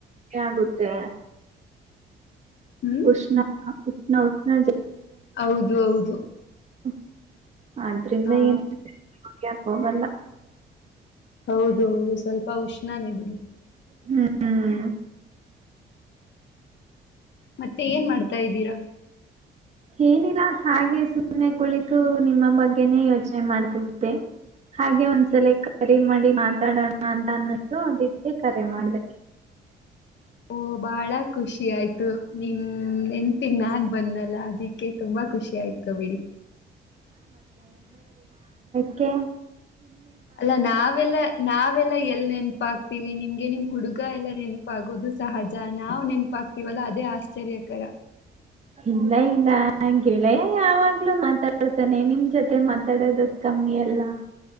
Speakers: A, on the right; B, on the left.
A: ಇ <inaudible> ಆಗುತ್ತೆ
B: ಹ್ಮ್
A: ಉಷ್ಣ ಉಷ್ಣ ಉಷ್ಣ
B: ಹೌದು ಹೌದು
A: <unintelligible> ಅದ್ರಿಂದ
B: ಹಾ
A: ಏನ್ ಹವಲ್ಲ
B: ಹೌದು ಹೌದು ಸ್ವಲ್ಪ ಉಷ್ಣಾನೇ ಬಿಡಿ
A: ಹ್ಮ್
B: ಮತ್ತೆ ಏನ್ ಮಾಡ್ತಾ ಇದ್ದೀರಾ.
A: ಏನಿಲ್ಲ ಹಾಗೆ ಸುಮ್ಮನೆ ಕುಳಿತು ನಿಮ್ಮ ಬಗ್ಗೆನೆೇ ಯೋಚನೆ ಮಾಡ್ತಿದ್ದೆ ಹಾಗೆ ಒಂದಸಲ ಕರೆ ಮಾಡಿ ಮಾತಾಡೋಣ ಅಂತ ಅನ್ನಿಸತು ಅದಕ್ಕೆಕ್ಕೆ ಕರೆ ಮಾಡ್ದೇ.
B: ಓ ಬಹಳ ಖುಷಿ ಆಯ್ತು. ಆಯ್ತು ನೀನ್ ಹೆಂಡತಿಗ <inaudible> ಬಂದ್ನಲ್ಲ ಅದಿಕ್ಕೆ ತುಂಬಾ ಖುಷಿ ಆಯ್ತು ಬಿಡಿ.
A: ಅದಕ್ಕೆ.
B: ಅಲ್ಲ ನಾವೆಲ್ಲ ನಾವೆಲ್ಲಾ ಎಲ್ಲಿ ನೆನಪ ಆಗ್ ವಿ ನಿಮ್ಗೆ ನಿಮ್ ಹುಡುಗ ಎಲ್ಲ ನೆನಪಾಗೋದು ಸಹಜ ನಾವ್ ನೆನಪಾಗ್ತಿವಲ್ಲ ಅದೇ ಆಶ್ಚರ್ಯಕರ.
A: ಇಲ್ಲ ಇಲ್ಲ. ಹಂಗೇಳೆ ಯಾವಾಗ್ಲೂ ಮಾತಾಡ್ತಾನೆ ನಿಮ್ ಜೊತೆ ಮಾತಾಡದು ಕಮ್ಮಿ ಅಲ್ವಾ.